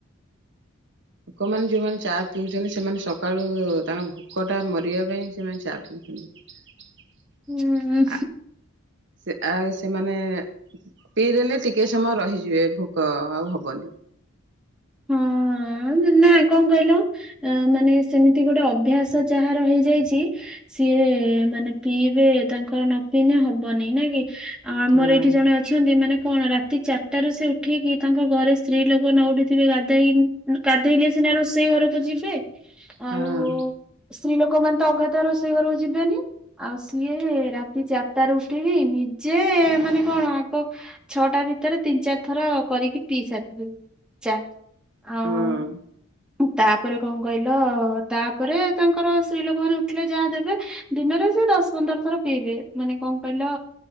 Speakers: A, on the right (about 55°); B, in the centre.
A: ଲୋକମାନେ ଯୋଉମାନେ ଚା ପିଉଛନ୍ତି ସେମାନେ ସକାଳୁ ତାଙ୍କ ଭୋକ ଟା ମରିବା ପାଇଁ ସେମାନେ ଚା ପିଉଛନ୍ତି।
B: ହୁଁ।
A: ଆ ସେ ଆଉ ସେମାନେ ପିଇଦେଲେ ଟିକେ ସମୟ ରହିଯିବେ ଭୋକ ଆଉ ହବନି।
B: ହଁ ନା କଣ କହିଲ ମାନେ ସେମିତି ଗୋଟେ ଅଭ୍ୟାସ ଯାହାର ର ହେଇଯାଇଛି ସିଏ ମାନେ ପିଇବେ ତାଙ୍କର ନ ପିଇନେ ହବନି ନାଇ କି। ଆଉ ଆମର
A: ହଁ
B: ଏଇଠି ଜଣେ ଅଛନ୍ତି ମାନେ କଣ ରାତି ଚାରିଟା ରୁ ସେ ଉଠେଇକି ତାଙ୍କ ଘରେ ସ୍ତ୍ରୀ ଲୋକ ନ ଉଠି ଥିବେ ଗାଧୋଇ ଗାଧୋଇଲେ ସିନା ରୋଷେଇ ଘରକୁ ଯିବେ। ଆଉ
A: ହଁ।
B: ସ୍ତ୍ରୀ ଲୋକମାନେ ତ ଅଗାଧୁଆ ରୋଷେଇ ଘରକୁ ଯିବେନି ଆଉ ସିଏ ରାତି ଚାରିଟା ରୁ ଉଠି କି ନିଜେ ମାନେ କଣ ଆଗ ଛଅଟା ଭିତରେ ତିନି ଚାରି ଥର କରିକି ପିଇ ସାରିିଥିବେ। ଚା ଆଉ।
A: ହଁ
B: ତାପରେ କଣ କହିଲ ତାପରେ ତାଙ୍କର ସ୍ତ୍ରୀ ଲୋକ ମାନେ ଉଠିଲେ ଯାହା ଦେବେ ଦିନରେ ସେ ଦଶ ପନ୍ଦର ଥର ପିଇବେ ମାନେ କଣ କହିଲ